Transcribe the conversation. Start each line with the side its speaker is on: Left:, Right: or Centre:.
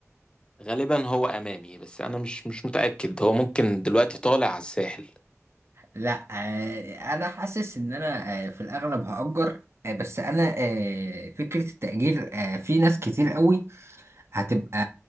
Left: غالبا هو امامي بس انا مش مش متاكد هو ممكن دلوقتي طالع على الساحل
Right: لا آه، انا حاسس ان انا آه، في الاغلب هأجر آه، بس انا آه، فكرة التأجير آه، في ناس كتير قوي هتبقى